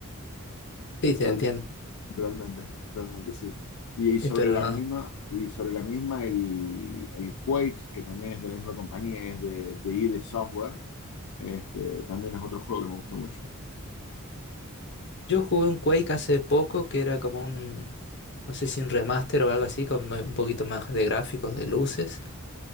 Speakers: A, on the left; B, on the left.
A: Sí, te
B: Realmente,
A: entiendo.
B: realmente, realmente sí. Y, y sobre
A: Eh, Pero
B: la
A: no.
B: misma, y sobre la misma el, el Quake, que también es de la misma compañía, es de, de ID Software, este, también es otro juego que me gustó mucho.
A: Yo jugué un Quake hace poco que era como un, no sé si un remaster o algo así, con un poquito más de gráficos, de luces.